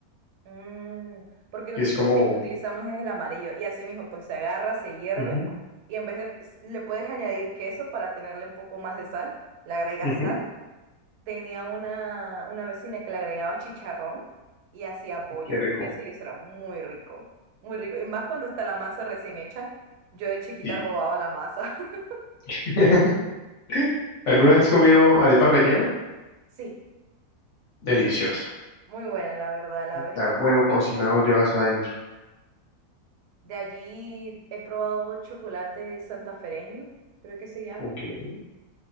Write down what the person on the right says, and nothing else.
Mm, porque nosotros
el que utilizamos es el amarillo y así mismo pues se agarra, se hierve
y en vez de s- le puedes añadir queso para tenerle un poco más de sal, le agregas
sal. Tenía una, una vecina que le agregaba chicharrón y hacía bollos
con eso y eso era muy rico, muy rico. Y más cuando está la masa recién hecha, yo de chiquita
robaba la masa. <laughs>
Sí,
muy buena la verdad, la vez
que lo
probé
estuvo
De allí he probado chocolate santafereño, creo que se llama.